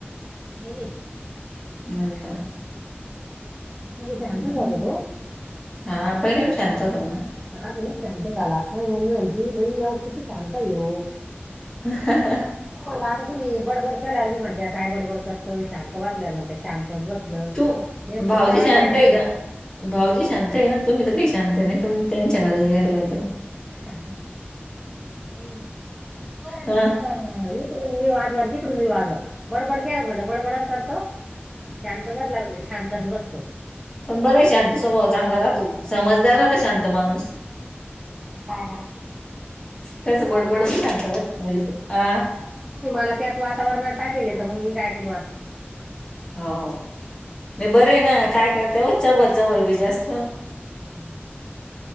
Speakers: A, in the centre; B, on the left.
A: नाही नाही.
B: नाही का?
A: मं तसा
B: हम्म.
A: शांतच होता तो.
B: हा पहिला बी शांत होता म्हणा
A: अजूनच शांत झाला पाहिलं म्हणती <unintelligible> भाऊ कीती शांत हाय ह्यो.
B: <unintelligible>
A: मं म्हणलं आता तुम्ही बडबड केल्यावर बी म्हणत्या काय बडबड करत शांत बसल्यावर म्हणत्या शांत बस म्हंटल
B: तू
A: नेमकं
B: भाऊजी
A: करा
B: शांत
A: काय त्यांलन.
B: आहे का भाऊजी शांत हाय ना तुम्ही तर काय शांत आहे नाही तुम्ही त्यांच्यावर गेरलाय तो.
A: नाई पण पोरांच
B: हं,
A: अ इकडून मी वाजवा आणि तिकडून मी वाजवा बडबड केलं तर म्हणतो बडबडच करतो. शांत बसला म्हणे शांतचं बसतो.
B: पण बरे शांत स्वभाव चांगला राहतो समजदार राहत शांत माणूस.
A: मं काय करा.
B: त्यासं
A: हं,
B: बडबड बी शांत होत म्हणजे ब अ
A: म्हणतो मला त्याच वातावरणात टाकेले तर मंग मी काय करू आत
B: हो मग
A: शांतच
B: बरं आहे ना
A: राहतो
B: काय करता वच्या भरच्या भर बी जास्त
A: हम.